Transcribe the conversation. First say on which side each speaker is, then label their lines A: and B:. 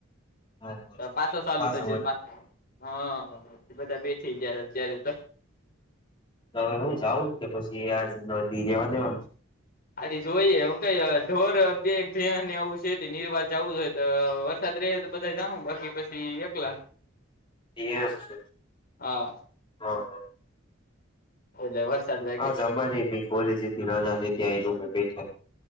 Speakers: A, on the left (about 25°); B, on the left (about 45°).
A: હા હા
B: પાસો ચાલુ
A: પાછો
B: છે જ
A: વળ.
B: પા હા તે બધા બેઠી જયા અત્યારે તો.
A: તો હવે હું જાઉં કે પછી આજ ના દી રેવા દેવ.
B: આથી જોઈએે હું કઈ ઢોર બે જ્યા ને આવવું છે નિર્વાહ જવું તો વરસાદ રહે તો બધા જામુ બાકી પછી એકલા
A: હ છે હ
B: હા
A: હ
B: એટલે વરસાદ બ
A: હાજ અમારે ભ કોલેજથી ના ત્યાંય બેઠા